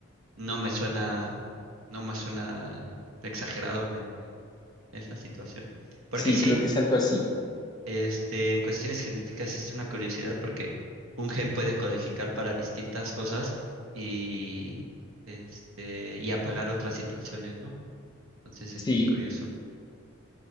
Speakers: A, on the right; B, on the left.
A: no me suena, no me suena exagerado men- esa situación. Porque
B: Sí,
A: sí,
B: creo que es algo así,
A: Este, en cuestiones genéticas es una curiosidad porque un gen puede codificar para distintas cosas y, este, y apagar otras situaciones, ¿no? Entonces
B: sí.
A: es muy curioso.